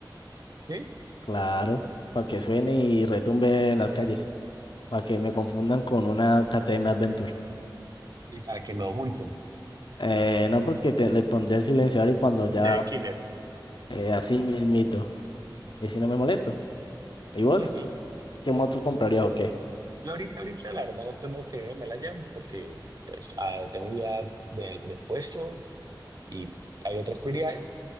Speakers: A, on the right; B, on the left.
A: ¿Sí?
B: claro, para que suene y retumbe en las calles, para que me confundan con una KTM Adventure.
A: Y para que no multen.
B: Eh, no, porque te- le pondré el silenciador y cuando ya,
A: De Killer.
B: eh, así mismito, y así no me molesto. ¿Y vos?
A: Sí, sí.
B: ¿Qué moto comprarías o qué?
A: Yo ahorita, ahorita, la verdad, no tengo que me la llamo porque pues, ah, tengo ya del presupuesto y hay otras prioridades,